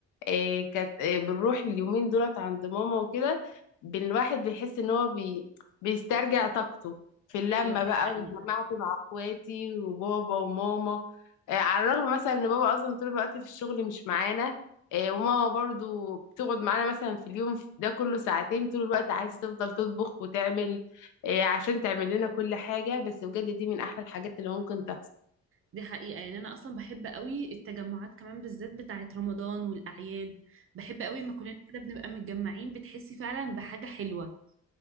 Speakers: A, on the left (about 85°); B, on the right (about 45°).
A: إيه كانت إيه بنروح اليومين دولت عند ماما وكده بن- الواحد بيحس ان هو بي بيسترجع طاقته في اللمة
B: ايوه دي
A: بقى
B: حقيقه
A: واتجمعت مع اخواتي وبابا وماما إيه على الرغم مثلا ان بابا اصلا طول الوقت في الشغل مش معانا إيه وماما برضو بتقعد معانا مثلا في اليوم ده كله ساعتين طول الوقت عايزة تفضل تطبخ وتعمل إيه عشان تعمل لنا كل حاجة بس بجد دي من احلى الحاجات اللي ممكن تحصل
B: دي حقيقة يعني أنا أصلا بحب قوي التجمعات كمان بالذات بتاعة رمضان والأعياد بحب قوي ما كلنا كده بنبقى متجمعين بتحسي فعلا بحاجة حلوة